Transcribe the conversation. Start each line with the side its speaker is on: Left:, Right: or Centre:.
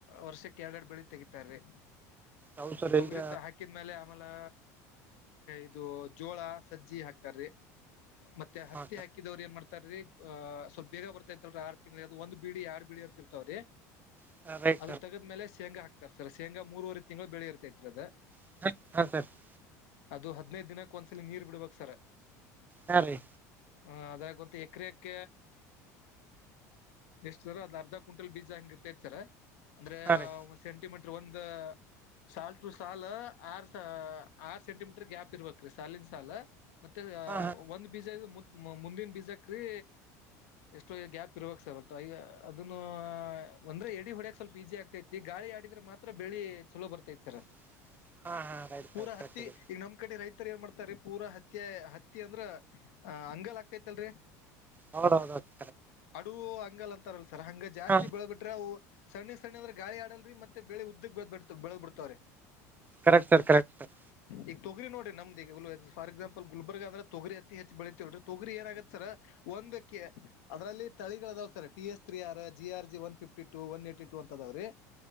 Left: ವರ್ಷಕ್ಕೆ ಎರಗಡು ಬೆಳಿ ತೆಗಿತಾರೀ
Right: ಹೌದು ಸರ್
Left: ತೊಗರಿ
Right: ಈಗ
Left: ಹಾಕಿದ್ಮೇಲೆ. ಆಮೇಲೆ ಇದು ಜೋಳ, ಸಜ್ಜಿ ಹಾಕ್ತಾರೀ ಮತ್ತೆ. ಹತ್ತಿ
Right: ಹಾಂ
Left: ಹಾಕಿದ್ರು ಏನ್ ಮಾಡ್ತಾರ ರೀ ಸ್ವಲ್ಪ ಬೇಗ ಬರ್ತ ಅಲ್ರಿ ಆ. ಒಂದ್ ಬಿಡಿ ಎರಡ್ ಬಿಡಿ ಅಂತಿರ್ತಾವ್ರೀ.
Right: <unintelligible>
Left: ಅದು ತೇಗಿದ್ಮೇಲೆ ಶೇಂಗಾ ಹಾಕ್ತಾರೆ ಸರ್ ಶೇಂಗಾ ಮೂರುವರೆ ತಿಂಗಳು ಬೆಳಿ ಇರ್ತೈತ್ರಿ ಅದು.
Right: <unintelligible>
Left: ಅದು ಹದಿನೈದು ದಿನಕ್ ಒಂದ್ಸಲ ನೀರ್ ಬಿಡ್ಬೇಕಕ್ ಸರ್.
Right: ಹಾ ರೀ.
Left: ಹ ಅದು ಒಂದು ಎಕರೆಕ. ಎಷ್ಟು ಸರ್ ಅದ್ ಅರ್ಧ ಕ್ವಿಂಟಲ್ ಬೀಜ ಹಂಗಿರ್ತೈತ್ ಸರ್ ಅಂದ್ರೆ.
Right: ಹಾಂ ರೀ
Left: ಸೆಂಟಿಮೀಟರ್ ಒಂದು. ಸಾಲ್ ಟು ಸಾಲ ಆರ್ ಆರ್ ಸೆಂಟಿಮೀಟರ್ ಗ್ಯಾಪ್ ಇರ್ಬೇಕ್ರೀ ಸಾಲಿನ ಸಾಲು. ಮತ್ತೆ.
Right: ಹಾ ಹಾ
Left: ಒಂದ್ ಬೀಜ ಮುಂದಿನ ಬೀಜಕ್ರೀ ಎಷ್ಟೋ ಗ್ಯಾಪ್. ಇರ್ರುವ ಸರ್ ಒಟ್ಟ ಈಗ ಅದನ್ನು ಅಂದ್ರೆ ಎಡಿ ಹೊಡ್ಯ ಸ್ವಲ್ಪ ಈಜಿ ಆಗ್ತೈತಿ ಗಾಳಿ ಆಡಿದ್ರೆ ಮಾತ್ರ ಬೆಳಿ. ಚಲೋ ಬರತೈತಿ ಸರ್.
Right: <inaudible> ರೈಟ್
Left: ಪೂರಾ
Right: ಸರ್ ಕರೆಕ್ಟ್
Left: ಹತ್ತಿ
Right: ಇದೆ
Left: ಈಗ ನಮ್ ಕಡೆ ರೈತರು ಏನ್ ಮಾಡ್ತಾರೆ. ಪೂರಾ ಹತ್ತಿ ಹತ್ತಿ ಅಂದ್ರ ಅಂಗಲ್ ಆಗ್ತತ್ತಲ್ರರಿ.
Right: ಹಾ ಹಾ.
Left: ಅಡುುವ ಹಂಗಲ್ ಅಂತಾರಲ್ಲ ಸರ್ ಹಂಗ ಜಾಸ್ತಿ
Right: ಹಾಂ
Left: ಬೆಳೆ ಬಿಟ್ರೆ ಅವು. ಸಣ್ಣ ಸಣ್ಣಂದ್ರೆ ಗಾಳ ಆಡಲ್ರಿ ಮತ್ತೆಳ ಬೆಳೆ ಉದ್ದಕ್ಕ ಬಿ ಬೆಳದ್ ಬಿಡ್ತಾವ್ರರಿ.
Right: Correct sir correct sir.
Left: ಈಗ ತೊಗರಿ ನೋಡಿರಿ ನಮ್ದ ಈ ಫ ಎಕ್ಸಾಂಪಲ್ ಗುಲ್ಬರ್ಗ ಅಂದ್ರೆ ತೊಗರಿ ಅತಿ ಹೆಚ್ಚ ಬೆಳೀತೀವಿರಿ ತೊಗರಿ ಏನಾಗಗತ್ತ ಸರ. ಒಂದಕ್ಕೆ ಅದರಲ್ಲಿ. ತಾಳಿಗಳು ಅದಾವ್ sir T S three R G R G one fifty two, one eighty two ಅಂತ ಅದಾವ್ರೀ